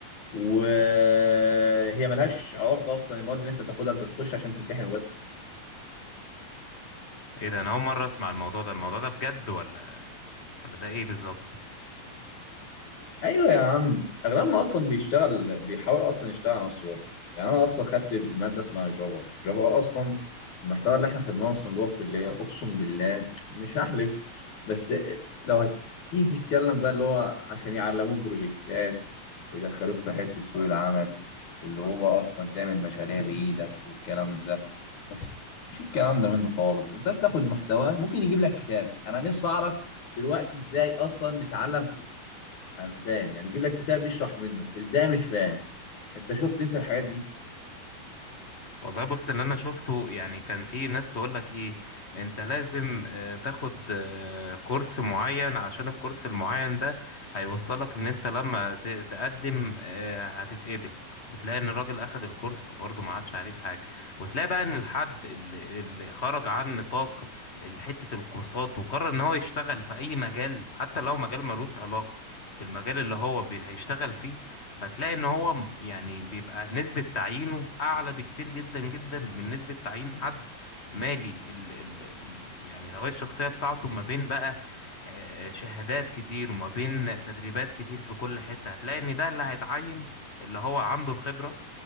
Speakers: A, on the left (about 55°); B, on the left (about 30°).
A: وهي ملهاش علاقه اصلا المواد اللي انت تاخدها انت بتخش عشان تمتحن وبس
B: ايه ده انا اول مرة اسمع الموضوع ده الموضوع ده بجد ولا ولا ده ايه بالظبط
A: ايوه يا عم اغلبنا اصلا بيشتغل بيحاول اصلا يشتغل على نفسه بره يعني انا اصلا خدت ماده اسمها جافا جافا اصلا المحتوى اللي احنا خدناه اصلا جوه الكليه اقسم بالله مش هحلف بس لو هتيجي تتكلم بقى اللي هو عشان يعلموك بروجكتات ويدخلوك في حته سوق العمل واللي هو اصلا تعمل مشاريع بايدك والكلام ده مفيش الكلام ده منه خالص انت بتاخد محتوى ممكن يجيب لك كتاب انا نفسي اعرف دلوقتي ازاي اصلا نتعلم انا مش فاهم يعني يجيب لك كتاب بيشرح منه ازاي مش فاهم انت شفت انت الحاجات دي
B: والله بص اللي انا شفته يعني كان في ناس تقول لك ايه انت لازم آه، تاخد آه، كورس معين عشان الكورس المعين ده هيوصلك ان انت لما ت- تقدم آه، هتتقبل وتلاقي ان الراجل اخد الكورس وبرضه ما عادش عليه بحاجه وتلاقي بقى ان الحد اللي اللي خرج عن نطاق ال- حته الكورسات وقرر ان هو يشتغل في اي مجال حتى لو مجال ملوش علاقه في المجال اللي هو بي- هيشتغل فيه فتلاقي ان هو م- يعني بيبقى نسبة تعيينه اعلى بكتير جدا جدا من نسبة تعيين حد مالي ال ال ال يعني الهوية الشخصية بتاعته ما بين بقى آه، شهادات كتير وما بين تدريبات كتير في كل حتة هتلاقي ان ده اللي هيتعين اللي هو عنده الخبرة